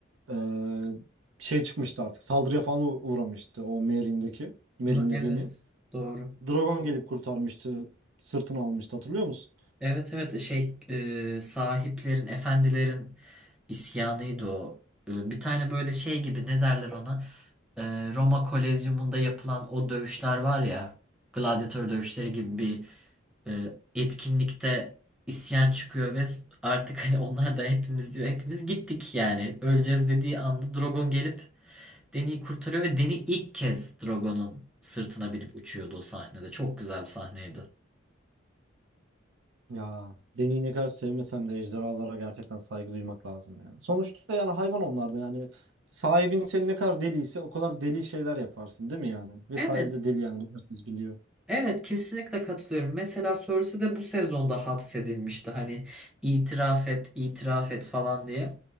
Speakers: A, on the right; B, in the centre.
A: e, şey çıkmıştı artık saldırıya falan u- uğramıştı o Merin'deki Merin'de
B: Ama Evet,
A: Deni.
B: doğru.
A: Dragon gelip kurtarmıştı sırtını almıştı hatırlıyor musun?
B: Evet evet e, şey e, sahiplerin, efendilerin isyanıydı o. E, bir tane böyle şey gibi ne derler ona? E, Roma Kolezyumunda yapılan o dövüşler var ya, gladyatör dövüşleri gibi bir e, etkinlikte isyan çıkıyor ve artık hani onlar da hepimiz diyor hepimiz gittik yani. Öleceğiz dediği anda Drogon gelip Deni'yi kurtarıyor ve Deni ilk kez Drogon'un sırtına binip uçuyordu o sahnede. Çok güzel bir sahneydi.
A: Ya Deni'yi ne kadar sevmesem de ejderhalara gerçekten saygı duymak lazım yani. Sonuçta yani hayvan onlar da yani sahibin seni ne kadar deliyse o kadar deli şeyler yaparsın değil mi yani? Ve
B: Evet.
A: sahibi de deli yani bunu herkes biliyor.
B: Evet kesinlikle katılıyorum. Mesela Cersei de bu sezonda hapsedilmişti. Hani itiraf et, itiraf et falan diye.